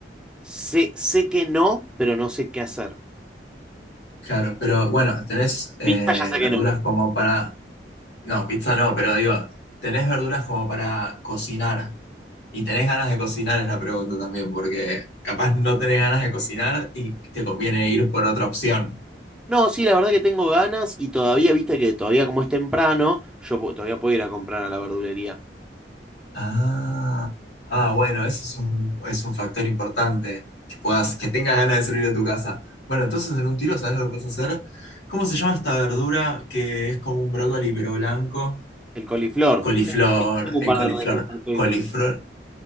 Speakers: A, in the centre; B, on the left.
A: Sé, sé que no, pero no sé qué hacer.
B: claro. Pero bueno, ¿tenés eh,
A: Pita ya sé
B: verduras
A: que no.
B: como para No, pizza no, pero digo, ¿tenés verduras como para cocinar? Y tenés ganas de cocinar es la pregunta también, porque capaz no tenés ganas de cocinar y te conviene ir por otra opción.
A: No, sí, la verdad que tengo ganas y todavía, viste que todavía como es temprano, yo po- todavía puedo ir a comprar a la verdulería.
B: Ah, ah, bueno, eso es un, es un factor importante, que puedas, que tengas ganas de salir de tu casa. Bueno, entonces en un tiro, ¿sabes lo que puedes hacer? ¿Cómo se llama esta verdura que es como un brócoli pero blanco?
A: El coliflor.
B: Coliflor,
A: Sí, Tengo un
B: el
A: par
B: coliflor.
A: de recetas de coliflor.
B: Coliflor,